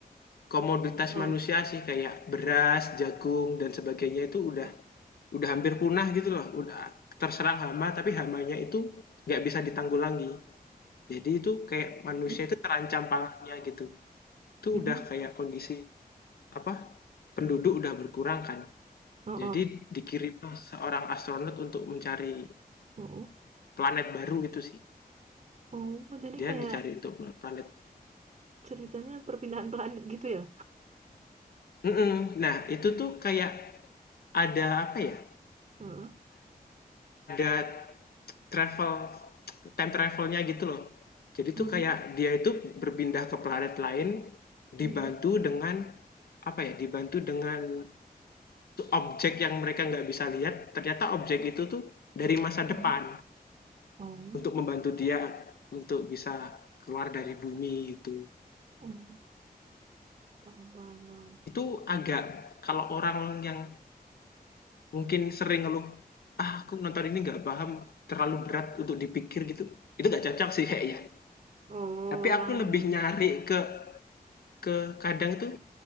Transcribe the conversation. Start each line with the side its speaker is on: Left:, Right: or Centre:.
Left: komoditas
Right: Oh.
Left: manusia sih kayak beras, jagung dan sebagainya itu udah
Right: oh.
Left: udah hampir punah gitu loh. Udah terserang hama tapi hamanya itu nggak bisa ditanggulangi. Jadi itu kayak manusia
Right: Hmm.
Left: itu terancam pangannya gitu. Itu
Right: Hmm.
Left: udah kayak kondisi apa? Penduduk udah berkurang kan.
Right: Oh,
Left: Jadi
Right: oh.
Left: dikirim seorang astronot untuk mencari
Right: Oh, oh.
Left: planet baru gitu sih.
Right: Oh, jadi
Left: Dia
Right: kayak
Left: dicari untuk pla planet
Right: ceritanya perpindahan planet gitu ya?
Left: mhm, nah itu tuh kayak ada apa ya,
Right: Heeh.
Left: ada travel time travelnya gitu loh. Jadi
Right: Hmm.
Left: tuh kayak dia itu berpindah ke planet lain dibantu
Right: Hmm.
Left: dengan apa ya, dibantu dengan objek yang mereka nggak bisa lihat, ternyata objek itu tuh dari masa
Right: Hmm.
Left: depan
Right: Oh.
Left: untuk membantu dia untuk bisa keluar dari bumi itu
Right: Oh. Paham, paham, paham.
Left: Itu agak kalau orang yang Mungkin sering ngeluh, "Ah, aku nonton ini nggak paham, terlalu berat untuk dipikir," gitu. Itu nggak cocok sih kayaknya.
Right: Oh,
Left: Tapi
Right: memang.
Left: aku lebih nyari ke ke kadang tuh